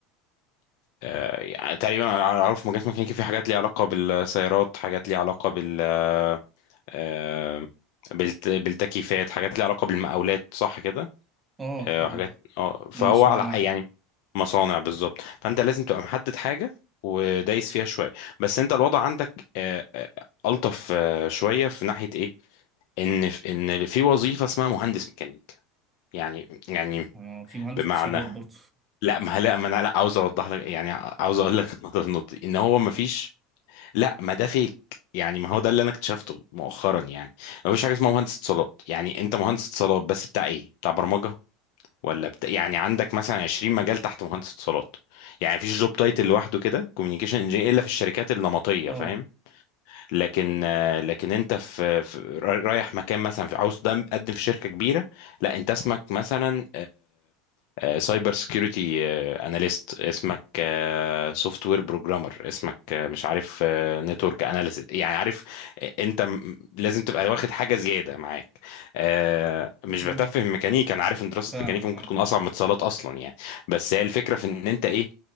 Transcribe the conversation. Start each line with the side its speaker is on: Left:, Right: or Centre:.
Left: آه، يعني تقريبا انا اعرف مجالات ميكانيكا في حاجات ليها علاقه بالسيارات حاجات ليها علاقه بالموتوسيكلات آه، بالت- بالتكييفات حاجات ليها علاقة بالمقاولات صح كده
Right: آه
Left: آه،
Right: كده
Left: حاجات اه فهو
Right: المصانع
Left: على يعني مصانع بالظبط فانت لازم تبقى محدد حاجة ودايس فيها شوية بس انت الوضع عندك آه، آه، ألطف آه، شوية في ناحية ايه ان ف- ان في وظيفة اسمها مهندس ميكانيك يعني يعني
Right: آه في مهندس
Left: بمعنى
Right: اتصالات برضو
Left: لا ما لا ما انا لا عاوز اوضح لك يعني عاوز اقول لك <laughs> النقطة في النقطة دي، ان هو ما فيش لا ما ده فيك يعني ما هو ده اللي انا اكتشفته مؤخرا يعني ما فيش حاجه اسمها مهندس اتصالات يعني انت مهندس اتصالات بس بتاع ايه بتاع برمجه ولا بتا... يعني عندك مثلا 20 مجال تحت مهندس اتصالات يعني مفيش جوب تايتل لوحده كده كوميونيكيشن انجينير الا في الشركات النمطيه
Right: <laughs> آه
Left: فاهم لكن آه، لكن انت في, في راي- رايح مكان مثلا في عاوز تدم- تقدم في شركه كبيره لا انت اسمك مثلا سايبر سكيورتي اناليست اسمك سوفت وير بروجرامر اسمك آه، مش عارف نتورك اناليست يعني عارف آه، انت م- لازم تبقى واخد حاجه زياده معاك آه، مش
Right: مم.
Left: بتفهم ميكانيكا انا عارف ان دراسه
Right: فاهمك
Left: ميكانيكا ممكن
Right: آه
Left: تكون اصعب من اتصالات اصلا يعني بس هي الفكره في ان انت ايه